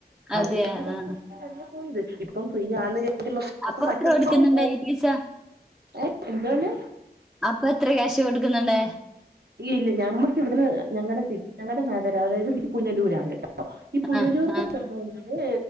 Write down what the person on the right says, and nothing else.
അന്ന് നമ്മൾ പൈസകൊടുത്തിട്ട്
തന്നെ പോയത്. ഇപ്പം ഫ്രീ ആന്ന് കെരുതി <unintelligible>
മറ്റുള്ള
<unintelligible>
ഏ എന്തണ്
ഇല്ല ഞമ്മക്ക് വിടുന്ന് ഞങ്ങടെ സി ഞങ്ങളുടെ നഗരം അതായത് തിരിപ്പുനലൂരാണ് കേട്ടോ. ഈ പുനലൂർക്
പോണെങ്കില്